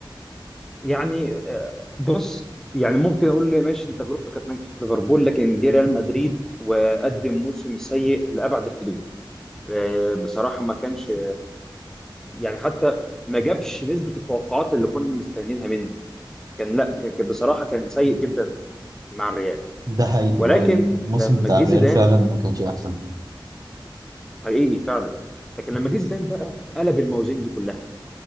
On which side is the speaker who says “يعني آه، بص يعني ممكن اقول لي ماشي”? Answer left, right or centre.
Centre